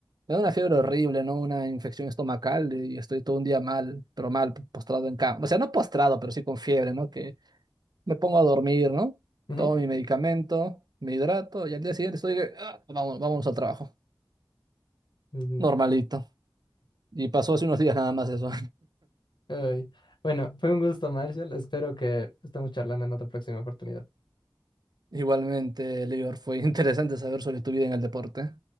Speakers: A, on the right (about 55°); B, on the left (about 65°).
A: me da una fiebre horrible, ¿no? Una infección estomacal y estoy todo un día mal, pero mal, postrado en cama. O sea, no postrado, pero sí con fiebre, ¿no? Que me pongo a dormir, ¿no?
B: ujú.
A: Tomo mi medicamento, me hidrato y al día siguiente estoy, que, "Ah, vamos, vamos al trabajo.
B: Mm,
A: Normalito. Y pasó hace unos días nada más eso.
B: ay. Bueno, fue un gusto, Marshall. Espero que estemos charlando en otra próxima oportunidad.
A: Igualmente, Lior, fue <laughs> interesante saber sobre tu vida en el deporte.